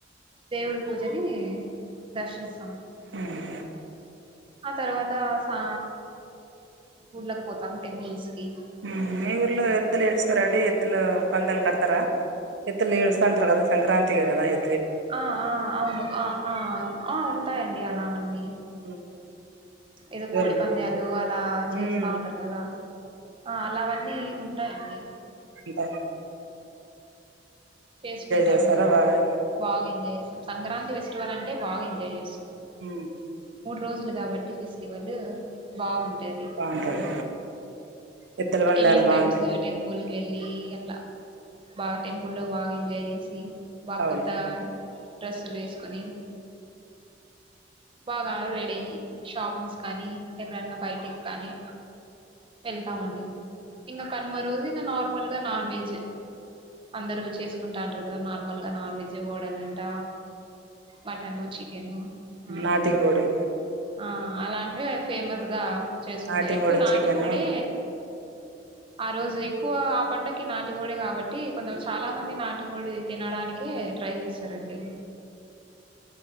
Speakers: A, on the right (about 30°); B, on the right (about 70°).
A: దేవుడు పూజ ఇ దర్శిస్తాము
B: ఉమ్
A: ఆ తర్వా త సా ఊళ్ళకి పోతాం టెంపుల్స్ కి
B: హ్మ్ ఇ ఊర్లో ఎత్ద్దలు ఇల్స్తార అడి ఎద్లులు పందలు కడతార ఎత్తులు ఇస్తాంతారు కదా సంక్రాంతి కదా ఎ
A: ఆ ఆ అవును ఆ ఆ ఉంటాయంండి అలా ఉ అ
B: ఉమ్
A: ఏదో
B: దూలం
A: కోడి పంద్యాలు అలా చేస్తా
B: ఉమ్
A: ఉంటారు కదా ఆ అలావన్నీ ఉ ా అండి
B: బా
A: చేసుకుంటాము
B: చేస్తారా బాగా
A: బాగా ఎంజాయ్ చేసాం సంక్రాంతి ఫెస్టివల్ంటే బాగా ఎంాయ్ చేస్తుంది
B: హ
A: రోజులు కాట్టి ఫెస్టివల్ ళ బాగుంటేది
B: బాగుంటాయి ఎద్దల బండాలు
A: ఈవినింగ్
B: బాగుంటాయి
A: టైమ్స్ టెంపుల్ వెళ్ళి ఎరలా బాగా టెం పల బాగా ఎంజాయ్ చేసి బకుత్తా
B: అవులు
A: డ్రస్సులు వేసుకొని బాగా రెడీ అయ్యి షాపింగ్స్ కానీ ఎక్కడన్నా బయటికి కానీ వెళ్తామండి ఇంకా కనుమ రోజు ఇంకా నార్మల్గా నాన్ వెజ్ అందరు చేసుకుంట్ అంటారు కదా నార్మల్గా నాన్ వెజ్ ఓడలుంట మటను చికెను ఆ
B: నాదిపోడీ
A: ఆ అలాంటివి ఫేమస్ ఇగా చేసుకుంటారు
B: నాటికోడి
A: ఎక్కువ నాటికోడి
B: చికెను
A: ఆ రోజు ఎక్కువ ఆ పండకి నాటిగోడే కాబట్టి టీ కొంచెం
B: హ్మ్.
A: చాలా మంది నాట్ టికోడి తినడానికి ట్రై చేస్తారండి